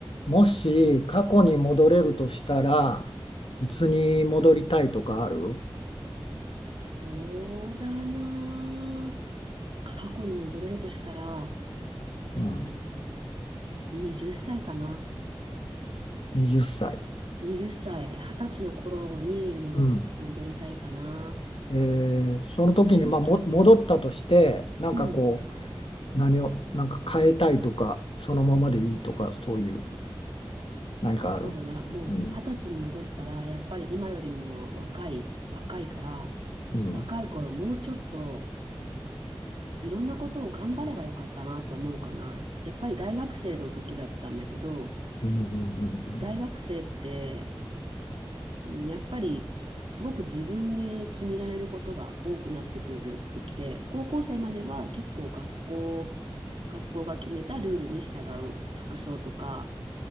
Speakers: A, on the left; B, on the right.
A: もし過去に戻れるとしたらいつに戻りたいとかある、
B: そうだな。過去に戻れるとしたら、
A: うん、
B: うーん、20歳かな。
A: 20歳、
B: 20歳、20歳の頃に戻、
A: うん
B: 戻りたいかな。
A: えーその時に、
B: その時に、
A: まあ、も戻ったとしてなんかこ
B: うん、
A: う何をなんか変えたいとかそのままでいいとかそういう何かある、
B: そうだな。もう20歳に戻ったら、
A: うん
B: やっぱり今よりも若い、若いから、
A: うん
B: 若い頃もうちょっといろんなことを頑張ればよかったなと思うかな。やっぱり大学生の時だったんだけど、
A: うんうんうん
B: 大学生ってうんやっぱりすごく自分で決められることが多くなってくる時期で、高校生までは結構学校、学校が決めたルールに従う服装とか、